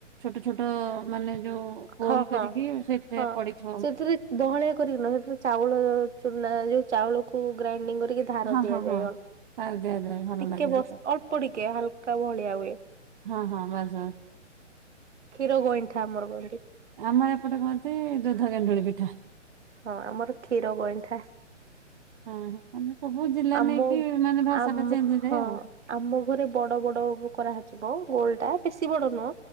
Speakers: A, on the right; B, on the right.
A: ଛୋଟ ଛୋଟ ମାନେ ଯୋଉ ଗୋଲ
B: ହଁ
A: କରିକି
B: ହଁ
A: ସେଇଥିରେ
B: ହଁ।
A: ପଡିଥିବ।
B: ସେଥିରେ ବହଳିଆ କରିକି ନୁହଁ ସେଥିରେ ଚାଉଳ ଚୁନା ଯୋଉ ଚାଉଳକୁ ଗ୍ରାଇଡିଙ୍ଗ କରିକି ଧାର
A: ହଁ
B: ଦିଆଯାଏ
A: ହଁ ହଁ
B: ଅଳ୍ପ
A: ପାରି ଦିଆଯାଏ ଭଲ
B: ଟିକେ
A: ଲାଗେ ସେଟା
B: ଅଳ୍ପ ଟିକେ ହାଲକା ଭଳିଆ ହୁଏ।
A: ହଁ ହଁ ବାସ୍ ବାସ୍
B: କ୍ଷୀର ଗଇଣ୍ଠା ଆମର କୁହନ୍ତି
A: ଆମର ଏପଟେ କୁହନ୍ତି ଦୁଧ ଗେଣ୍ଡୁଳି ପିଠା
B: ହଁ ଆମର କ୍ଷୀର ଗଇଣ୍ଠା
A: ହଁ ମାନେ ସବୁ ଜିଲ୍ଲା
B: ଆମ
A: ନେଇକି ମାନେ ଭାଷା
B: ଆମ
A: ଟା ଚେଞ୍ଜ ହେଇଯାଏ
B: ହଁ
A: ଆଉ
B: ଆମ ଘରେ ବଡ ବଡ କରାଯିବ ଗୋଲ ଟା ବେଶୀ ବଡ ନୁହଁ।